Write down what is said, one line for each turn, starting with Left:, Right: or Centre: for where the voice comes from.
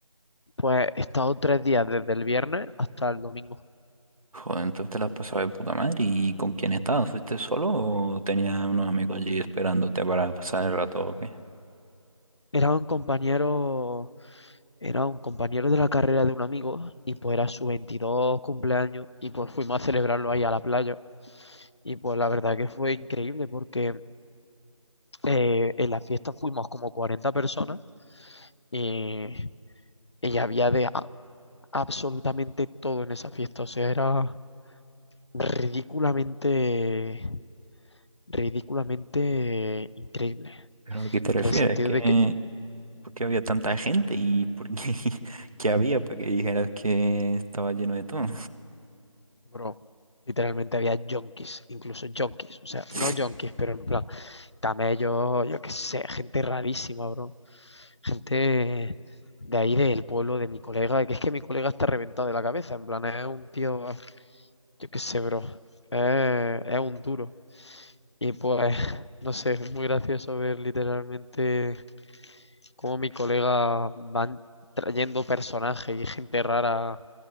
Left: Pues he estado tres días desde el viernes hasta el domingo.
Right: Joder, entonces te la has pasado de puta madre. ¿Y con quién estabas? ¿Fuiste solo o tenías unos amigos allí esperándote para pasar el rato o qué?
Left: Era un compañero, era un compañero de la carrera de un amigo y pues era su 22 cumpleaños y pues fuimos a celebrarlo ahí a la playa. Y pues la verdad que fue increíble porque eh, en la fiesta fuimos como 40 personas y, y había de, absolutamente todo en esa fiesta. O sea, era ridículamente, ridículamente increíble.
Right: ¿Pero a qué te refieres?
Left: En el sentido
Right: ¿Qué,
Left: de que,
Right: por qué había tanta gente y por qué, <laughs> qué había para que dijeras que estaba lleno de todo?
Left: bro, literalmente había junkies, incluso junkies. O sea,
Right: <laughs>
Left: no junkies, pero en plan. camellos, yo qué sé, gente rarísima, bro. Gente de ahí del pueblo de mi colega, que es que mi colega está reventado de la cabeza, en plan, es un tío, yo qué sé, bro. eh, es un duro. Y pues, no sé, es muy gracioso ver literalmente cómo mi colega van trayendo personajes y gente rara